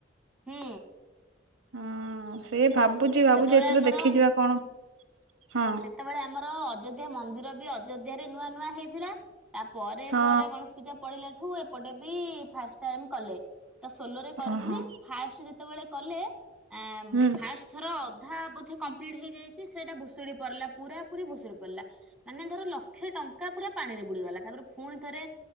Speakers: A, in the centre; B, on the right (about 90°).
A: ହୁଁ।
B: ହଁ ସେ ଭାବୁଚି ଭାବୁଚି
A: ସେତେବେଳେ
B: ଏଥର
A: ଆମର
B: ଦେଖିଯିବା କଣ ହଁ।
A: ସେତେବେଳେ ଆମର ଅଯୋଧ୍ୟା ମନ୍ଦିର ବି ଅଯୋଧ୍ୟ ରେ ନୂଆ ନୂଆ ହେଇଥିଲା। ତା ପରେରେ
B: ହଁ
A: ପରେ ଗଣେଶ ପୂଜା ପଡି଼ଲା ଠୁ ଏପଟେ ବି ଫାଷ୍ଟ ଟାଇମ କଲେ। ତ ସୋଲୋରେ କରିଥିଲେ
B: ଓହୋ
A: ଫାଷ୍ଟ ଯେତେବେଳେ କଲେ ଏଁ
B: ହୁଁ
A: ଫାଷ୍ଟ। ଥର ଅଧା ବୋଧେ କମ୍ପ୍ଲିଟ୍ ହେଇଯାଇଚି ସେଇଟା ଭୁଷୁଡି ପଡି଼ଲା ପୁରା ପୁରୀ ଭୁଷୁଡ଼ି ପଡ଼ିଲା ବେଳକୁ ମାନେ ଧର ଲକ୍ଷେ ଟଙ୍କା ପୁରା ପାଣି ରେ ବୁଡି଼ଗଲା। ତାପରେ ପୁଣି ଥରେ